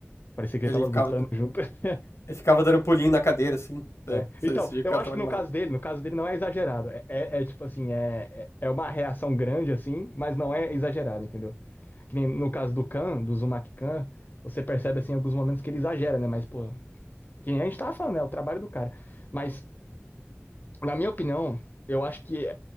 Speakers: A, on the left; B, on the left.
A: Parecia que
B: Ele
A: ele tava
B: ficava,
A: lutando junto. <laughs>
B: ele ficava dando pulinho na cadeira, assim, né?
A: É.
B: Esse,
A: Então,
B: esse dia o
A: eu
B: cara
A: acho
B: tava
A: que
B: animado.
A: no caso dele, no caso dele não é exagerado. É, é- é tipo assim, é, é é uma reação grande, assim, mas não é exagerado, entendeu? que nem no caso do Khan, do Uzumaki Khan, você percebe assim em alguns momentos que ele exagera, né? Mas, pô, quem a gente tava falando, é o trabalho do cara. Mas, na minha opinião, eu acho que